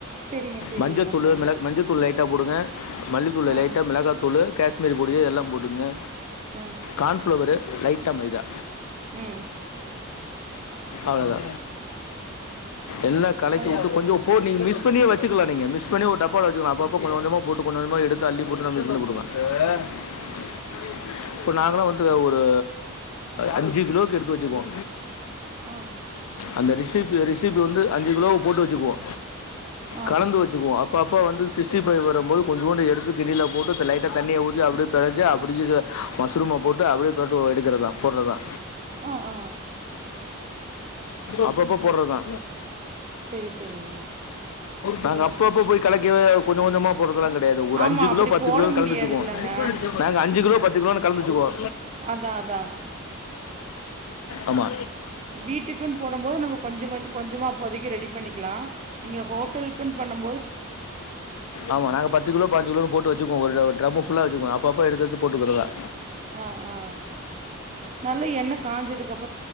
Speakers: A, on the right (about 30°); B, on the left (about 80°).
A: சரிங்க சரிங்க
B: மஞ்சத்தூளு
A: நான் போடல
B: மிளக் மஞ்சத்தூள்
A: ஆ
B: லைட்டா போடுங்க மல்லித்தூள்
A: ஆ
B: லைட்டா மெளகாத்தூளு கேஷ்மீரி பொடியு எல்லாம் போட்டுக்குங்க
A: ஆ
B: கான்ஃப்ளவரு லைட்டா மைதா
A: ம்
B: அவ்ளதா எல்லா கலக்கிவுட்டு
A: அது
B: கொஞ்ச போட் நீங்க மிஸ் பண்ணியே வச்சுக்கலா நீங்க மிஸ் பண்ணி ஒரு டப்பால வச்சுக்கலா அப்பப்ப கொஞ்ச கொஞ்சமா போட்டு கொஞ்ச கொஞ்சமா எடுத்து அள்ளி போட்டு நா மிஸ் பண்ணி போட்டுக்குவ ஆ இப்ப நாங்களா வந்து ஒரு அஞ்சு கிலோவுக்கு எடுத்து வச்சுக்குவோ
A: ஆ
B: அந்த ரிசிப் ரிசிபி வந்து அஞ்சு கிலோவுக்கு போட்டு வச்சுக்குவோ
A: ஆ
B: கலந்து வச்சுக்குவோ அப் பப்ப வந்து சிஸ்டிஃபை வரம்போது கொஞ்சோண்டு எடுத்து கிண்ணில போட்டு த லைட்டா தண்ணிய ஊத்தி அப்டியே பெனஞ்சு அப்டியே மஷ்ரூம போட்டு அப்டியே போட்டு அ எடுக்கறதா போட்றதா
A: ஆ ஆ
B: அப்பப்ப போட்றதா
A: சரி சரிங்க
B: நாங்க அப்ப அப்ப போய் கலக்கி கொஞ்ச கொஞ்சமா போட்றதுலா கெடையாது ஒரு
A: ஆமா
B: அஞ்சு கிலோ
A: அப்படி
B: பத்து
A: போட
B: கிலோன்
A: முடியாது
B: கலந்துவச்சிக்குவோ
A: இல்லைங்க
B: நாங்க அஞ்சு கிலோ பத்து கிலோனு கலந்துவச்சிக்குவோ
A: அதா அதா
B: ஆமா
A: வீட்டுக்குன் போடம் போது நம்ம கொஞ்ச கொஞ் கொஞ்சமா அப்போதைக்கு ரெடி பண்ணிக்லா நீங்க ஹோட்டலுக்குன் பண்ணம்
B: ஆமா நாங்க பத்து கிலோ பாஞ்சு கிலோன்னு போட்டு வச்சுக்குவோ ஒரு ஒரு ட்ரம்மு ஃபுல்ல வச்சுக்குவோ அப்பப்ப எடுத்து எடுத்து போட்டுக்குறதா
A: அ ஆ நல்லா எண்ணெ காஞ்சதுக்கு அப்